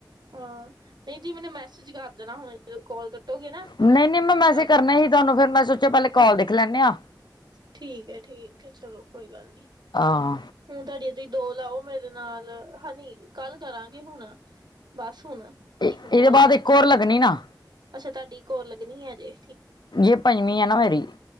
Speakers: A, on the right; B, on the left.
A: ਹਾਂ, ਨਹੀਂ ਦੀਦੀ ਮੈਨੂੰ ਮੈਸੇਜ ਕਰ ਦੇਣਾ ਹੁਣ ਜਦੋਂ ਕਾਲ ਕੱਟੋਗੇ ਨਾ
B: ਨਹੀਂ ਨਹੀਂ ਮੈਂ ਮੈਸੇਜ
A: ਕਰ
B: ਕਰਨਾ
A: ਦਿਓ।
B: ਹੀ ਤੁਹਾਨੂੰ ਫੇਰ ਮੈਂ ਸੋਚਿਆ ਪਹਿਲੇ ਕੋਲ ਦੇਖ ਲੈਂਦੇ ਹਾਂ।
A: ਠੀਕ ਹੈ' ਠੀਕ ਹੈ ਚਲੋ ਕੋਈ ਗੱਲ ਨੀ।
B: ਆਹ।
A: ਹੁਣ ਤੁਹਾਡੀ ਤੁ ਦੋ ਲਾਓ ਮੇਰੇ ਨਾਲ' ਹਨੀ ਕੱਲ ਕਰਾਂਗੇ ਹੁਣ। ਬਸ ਹੁਣ।
B: ਇਹਦੇ
A: ਇੱਕ ਕਾਲ
B: ਬਾਅਦ
A: ਕਰਕੇ
B: ਇੱਕ ਹੋਰ ਲੱਗਣੀ ਨਾ।
A: ਅੱਛਾ ਤੁਹਾਡੀ ਇੱਕ ਹੋਰ ਲੱਗਣੀ ਹੈ ਹਜੇ।
B: ਜੇ ਪੰਜਵੀਂ ਆ ਨਾ ਮੇਰੀ।